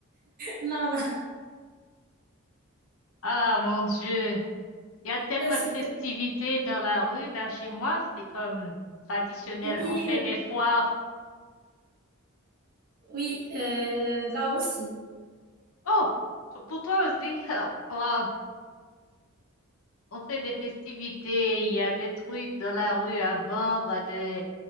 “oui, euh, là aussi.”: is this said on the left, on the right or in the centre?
Right